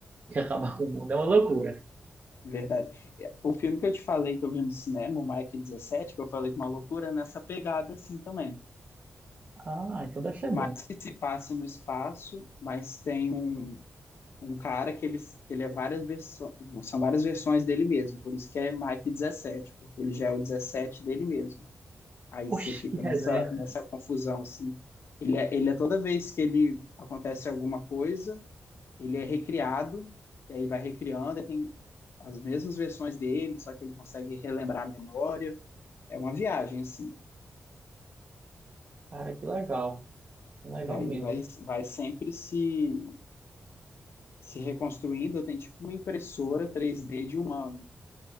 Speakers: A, on the right; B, on the left.
A: que acabar com o mundo. É uma loucura.
B: Verdade. É, O filme que eu te falei que eu vi no cinema, o Mike dezessete que eu falei que é uma loucura, é nessa pegada assim também.
A: Ah, então deve ser
B: Por
A: bom.
B: mais que passe no espaço, mas tem um, um cara que ele, que ele é várias versões, são várias versões dele mesmo, por isso que é Mike dezessete porque ele já é o 17 dele mesmo. Aí
A: Oxe,
B: você fica
A: que resenha.
B: nessa, nessa confusão assim. Ele é, ele é toda vez que ele acontece alguma coisa, ele é recriado, e aí vai recriando, e tem as mesmas versões dele, só que ele consegue relembrar a memória. É uma viagem, assim.
A: Cara, que legal. Que Legal
B: E aí
A: mesmo.
B: ele vai, vai sempre se, se reconstruindo. Tem tipo uma impressora 3D de humano.